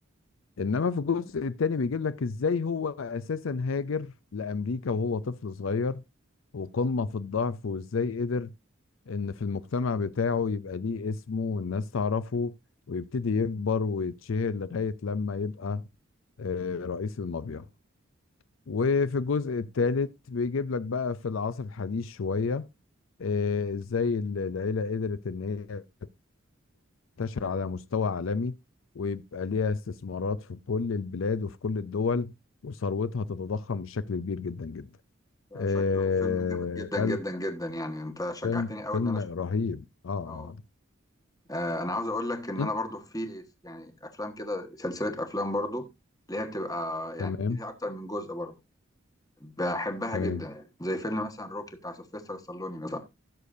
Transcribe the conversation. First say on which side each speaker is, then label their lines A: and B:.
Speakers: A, on the left (about 75°); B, on the left (about 20°).
A: انما في الجزء الثاني بيجيب لك ازاي هو اساسا هاجر لامريكا وهو طفل صغير وقمة في الضعف وازاي قدر ان في المجتمع بتاعه يبقى ليه اسمه والناس تعرفه ويبتدي يكبر ويتشهر لغاية لما يبقى آه، رئيس المافيا وفي الجزء الثالث بيجيب لك بقى في العصر الحديث شوية آه، ازاي ال- العيلة قدرت ان هي تنتشر على مستوى عالمي ويبقى ليها استثمارات في كل البلاد وفي كل الدول وثروتها تتضخم بشكل كبير جدا جدا
B: ده
A: آه،
B: شكله فيلم جامد جدا جدا
A: قال-
B: جدا يعني انت شجعتني
A: فيلم
B: قوي
A: فيلم
B: ان انا اشوفه
A: رهيب اه
B: اه آه، انا عاوز اقول لك ان
A: اه
B: انا برضو في يعني افلام كده سلسله افلام برضو اللي هي بتبقى يعني
A: تمام
B: فيها اكتر من جزء برضو بحبها
A: تمام
B: جدا زي فيلم مثلا روكي بتاع سيلفستر ستالوني مثلا